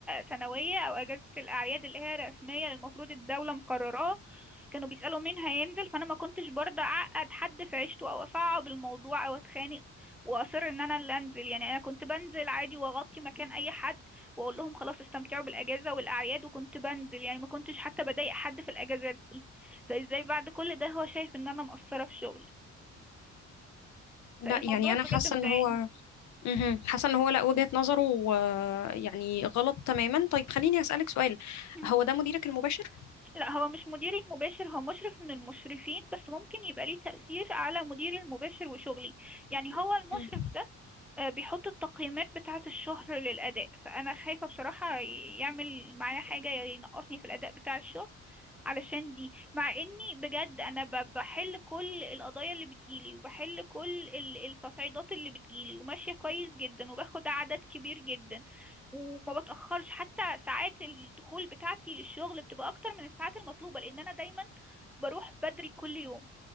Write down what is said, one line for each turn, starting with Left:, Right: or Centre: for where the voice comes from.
Centre: سنوية او اجازة الاعياد اللي هي رسمية المفروض الدولة مقرراها كانوا بيسألوا مين هينزل فانا ما كنتش برضه اعقد حد في عيشته او اصعب الموضوع او اتخانق واصر ان انا اللي انزل يعني انا كنت بنزل عادي واغطي مكان اي حد واقول لهم خلاص استمتعوا بالاجازه والاعياد وكنت بنزل يعني ما كنتش حتى بضايق حد في الاجازات دي فازاي بعد كل ده هو شايف ان انا مقصره في شغلي فالموضوع
Left: لا يعني انا
Centre: بجد
Left: حاسه
Centre: مضايقني
Left: ان هو مهم. حاسه ان هو لا وجهه نظره آه، يعني غلط تماما طيب خليني اسالك سؤال
Centre: مم.
Left: هو ده مديرك المباشر
Centre: لا هو مش مديري المباشر هو مشرف من المشرفين بس ممكن يبقى ليه تأثير على مديري المباشر وشغلي يعني هو المشرف
Left: مم.
Centre: ده آه، بيحط التقييمات بتاعة الشهر للأداء فأنا خايفة بصراحة يعمل معايا حاجة ينقصني في الأداء بتاع الشهر علشان دي مع إني بجد أنا ب- بحل كل القضايا اللي بتجيلي وبحل كل ال- التصعيدات اللي بتجيلي وماشية كويس جدا وباخد عدد كبير جدا وما بتأخرش حتى ساعات الدخول بتاعتي للشغل بتبقى أكتر من الساعات المطلوبة لأن أنا دايما بروح بدري كل يوم